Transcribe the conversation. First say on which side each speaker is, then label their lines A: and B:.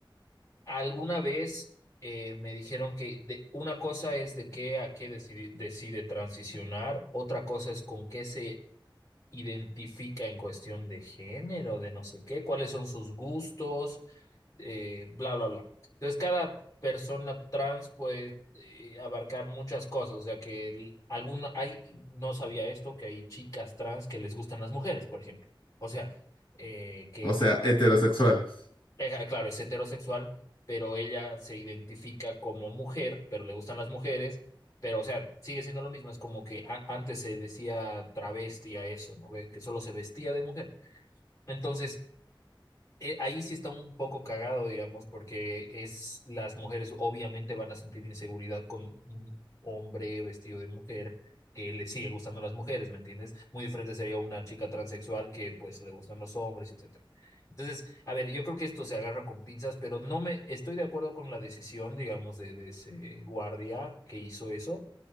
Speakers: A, on the left (about 40°); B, on the left (about 80°).
A: Alguna vez eh, me dijeron que de- una cosa es de qué a qué decide, decide transicionar, otra cosa es con qué se identifica en cuestión de género, de no sé qué, cuáles son sus gustos, eh, bla, bla, bla. Entonces, cada persona trans puede eh, abarcar muchas cosas, o sea que el- alguna, hay, no sabía esto, que hay chicas trans que les gustan las mujeres, por ejemplo. O sea, eh, que
B: O sea, heterosexuales.
A: eh, claro, es heterosexual, pero ella se identifica como mujer, pero le gustan las mujeres, pero o sea, sigue siendo lo mismo, es como que a- antes se decía travesti a eso, ¿no? Ve, Que solo se vestía de mujer. Entonces, eh, ahí sí está un poco cagado, digamos, porque es las mujeres obviamente van a sentir inseguridad con un hombre vestido de mujer que le sigue gustando las mujeres, ¿me entiendes? Muy diferente sería una chica transexual que pues le gustan los hombres, etcétera. Entonces, a ver, yo creo que esto se agarra con pinzas, pero no me estoy de acuerdo con la decisión, digamos, de, de ese guardia que hizo eso